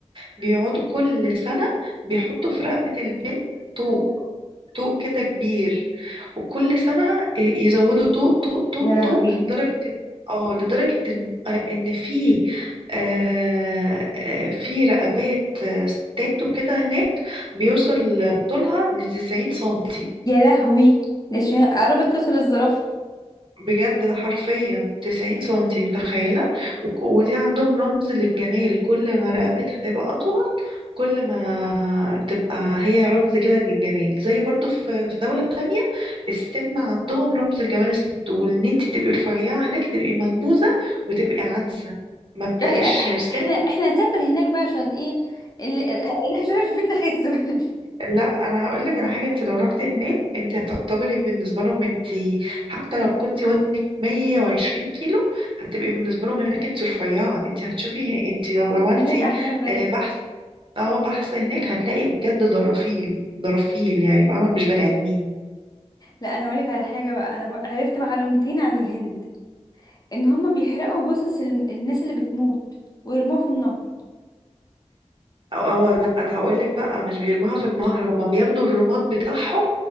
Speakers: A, on the right; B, on the left.
A: بيقعدوا كل سنة بيحطوا في رقبة البنت طوق طوق كده كبير وكل سنة آه، يزودوا طوق طوق طوق
B: يا لهوي
A: طوق لدرجة إن- اه لدرجة ان آه، إن في آه، آه، في رقبات آه، ستات وكده هناك بيوصل طولها لتسعين سنتي
B: يا لهوي ده شا- قربت توصل الزرافه
A: بجد ده حرفيا 90 سنتي متخيلة وك- ودي عندهم رمز للجمال كل ما رقبتها تبقى أطول كل ما تبقى هي رمز كده للجمال زي برضو في في دولة تانية السمنة عندهم رمز الجمال الست وإن انتي تبقي رفيعة هناك تبقي منبوذة وتبقي عنسة ما تلاقيش
B: احنا احنا
A: عرسان
B: احنا نسافر هناك بقى عشان ايه ال- اللي احنا شايفين نخس <laughs>
A: لا انا هقول لك على حاجه انت لو رحت هناك انت هتعتبري بالنسبه لهم انت حتى لو كنت وزنك 120 كيلو هتبقي بالنسبه لهم هناك انت رفيعه انت هتشوفي انت لو عملتي
B: هناك احجام غريبه
A: آه، بحث اه بحث هناك هتلاقي بجد درافيل درافيل يعني فاهمه مش بني ادمين
B: لا انا هقولك على حاجه بقى انا بق- عرفت معلومتين عن الهند ان هم بيحرقوا جثث الم- الناس اللي بتموت ويرموها في النهر
A: اه لا ده هقول لك بقى مش بيرموها في النهر هم بياخدوا الرماد بتاعهم